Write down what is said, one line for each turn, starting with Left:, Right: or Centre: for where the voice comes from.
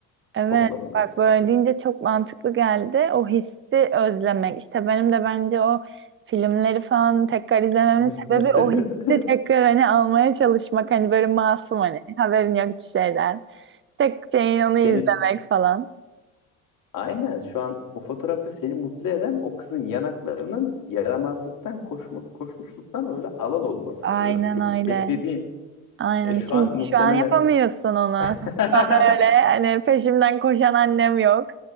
Right: Evet,
Left: toplamına
Right: bak
Left: işte.
Right: böyle deyince çok mantıklı geldi. O hissi özlemek. İşte benim de bence o filmleri falan tekrar izlememin
Left: <laughs>
Right: sebebi o hissi tekrar hani almaya çalışmak. Hani böyle masum hani haberin yok hiçbir şeyden. Tek şeyin onu
Left: Seni
Right: izlemek falan.
Left: aynen şu an o fotoğrafta seni mutlu eden o kızın yanaklarının yaramazlıktan koşma, koşmuşluktan öyle alal olması.
Right: Aynen
Left: Öz, bek- beklediğin
Right: öyle. Aynen.
Left: e, şu
Right: Çünkü
Left: an muhtemelen
Right: şu an yapamıyorsun onu.
Left: <laughs>
Right: Şu an öyle hani peşimden koşan annem yok.